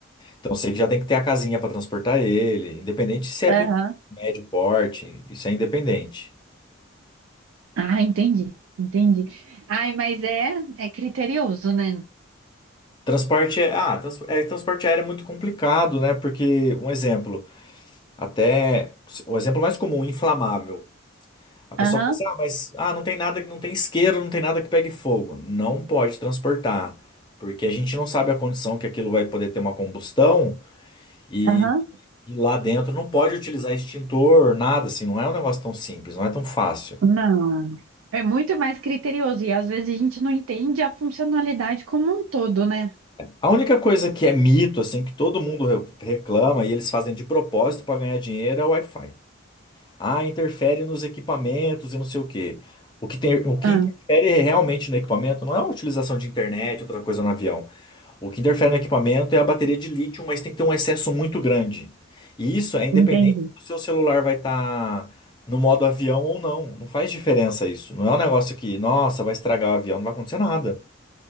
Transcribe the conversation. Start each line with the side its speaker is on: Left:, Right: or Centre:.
Left: Então sei que já tem que ter a casinha para transportar ele, independente se é
Right: Aham.
Left: pequeno, médio porte, isso é independente.
Right: Ah, entendi. Entendi. Ai, mas é, é criterioso, né?
Left: Transporte é, ah, trans- é, transporte aéreo é muito complicado, né? Porque um exemplo, até o exemplo mais comum, inflamável. A pessoa
Right: Aham,
Left: fala assim: "Ah, mas ah, não tem nada, não tem isqueiro, não tem nada que pegue fogo". Não pode transportar, porque a gente não sabe a condição que aquilo vai poder ter uma combustão e
Right: aham.
Left: e lá dentro não pode utilizar extintor, nada assim, não é um negócio tão simples, não é tão fácil.
Right: Não. É muito mais criterioso. E às vezes a gente não entende a funcionalidade como um todo, né?
Left: A única coisa que é mito, assim, que todo mundo re- reclama e eles fazem de propósito para ganhar dinheiro é o Wi-Fi. Ah, interfere nos equipamentos e não sei o quê. O que tem, o que
Right: Ah,
Left: interfere realmente no equipamento não é a utilização de internet, outra coisa no avião. O que interfere no equipamento é a bateria de lítio, mas tem que ter um excesso muito grande. E isso é independente
Right: entendi.
Left: do seu celular vai estar no modo avião ou não. Não faz diferença isso. Não é um negócio que, nossa, vai estragar o avião, não vai acontecer nada.